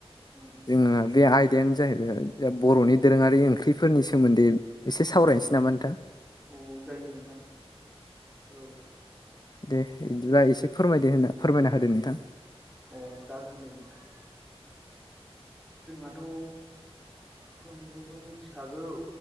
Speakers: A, in the centre; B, on the left (about 40°).
A: उम उम
B: जोंना बे आइ। आइदायानो जाहैबाय बर'नि दोरोङारि ओंख्रिफोरनि सोमोन्दै एसे सावरायनोसै नामा नोंथां।
A: अ जायो नोंथां। औ
B: दे बिदिबा एसे फोरमायदो होनना फोरमायना होदो नोंथां।
A: अ जागोन दे नोंथां। जोंहाथ' जों बयबो मिथिखागौ